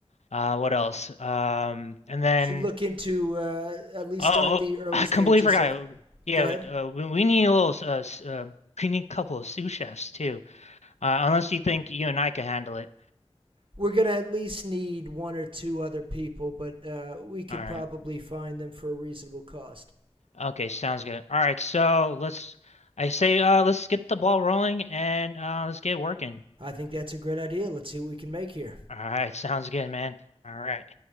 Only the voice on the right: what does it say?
Should look into uh, at least
start
the
early
stages
of
Go ahead.
We're gonna at least need one or two other people, but uh, we could
probably find them for a reasonable cost.
I think that's a great idea. Let's see what we can make here.